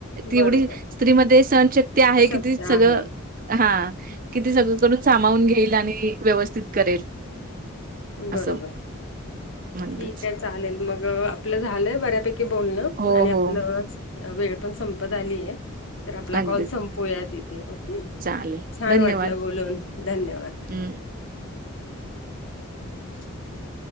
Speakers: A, on the right; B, on the left.
A: तेवढी
B: बरोबर
A: स्त्री मध्ये सहनशक्ती आहे
B: शब्द
A: किती सगळं
B: आहे
A: हा कि ते सगळं करून सामावून घेईल आणि व्यवस्थित करेल.
B: बरोबर
A: असं. अगदीच.
B: ठीक आहे चालेल, मग आपलं झालंय बऱ्यापैक बोलण
A: हो,
B: आणि आपल
A: हो.
B: वेळ पण संपत आलीये, तर आपला
A: अगदीच.
B: कॉल संप पोया तीथे ओके,
A: चालेल.
B: छान
A: धन्यवाद.
B: वाटलं बोलून धन्यवाद.
A: हं.
B: <inaudible>